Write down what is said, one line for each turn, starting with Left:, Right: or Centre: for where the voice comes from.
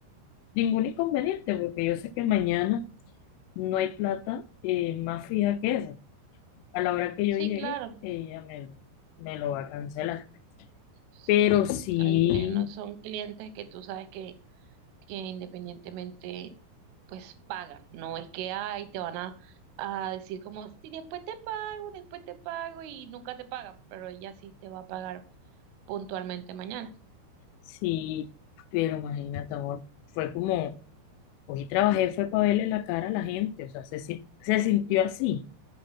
Left: ningún inconveniente, porque yo sé que mañana no hay plata eh, más fija que esa. A la hora que yo
Right: Sí,
Left: llegue,
Right: claro.
Left: ella me lo, me lo va a cancelar.
Right: Sí,
Left: Pero sí,
Right: al menos son clientes que tú sabes que, que independientemente, pues pagan. No es que, ay, te van a, a decir como, sí, después te pago, después te pago y nunca te pagan, pero ella sí te va a pagar puntualmente mañana.
Left: Sí, pero imagínate, amor, fue como, hoy trabajé, fue para verle la cara a la gente, o sea, se, si- se sintió así.